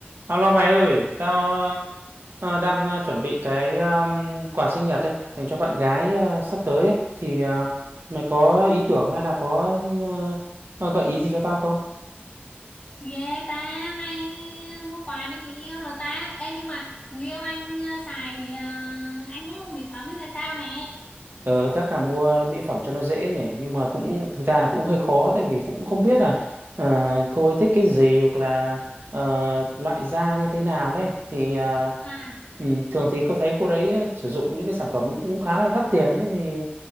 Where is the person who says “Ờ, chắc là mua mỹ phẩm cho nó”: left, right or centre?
Right